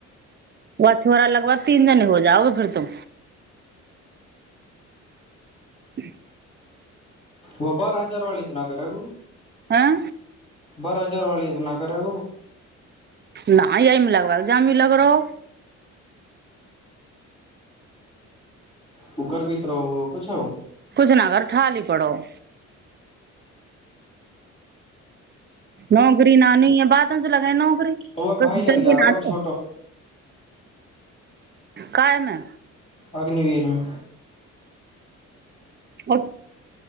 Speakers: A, on the right; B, on the left.
A: व छोरा लगबा तीन दिन हो जाओग फेर तू ह
B: व बारह हजार वाली इतना करेग
A: हैं
B: बारह हजार वाली इतना करब
A: नहि यमे लगब जामी लग रहो
B: ककर भित्रो किूछ
A: कुछ न कर ठी पड़ो <inaudible> नौकरी न न य बाद च लग नौकरी
B: वह
A: को
B: भाई
A: द
B: लग जाएगा
A: न
B: अब छोटो
A: दे कायमे
B: अग्निवीरमे
A: ओ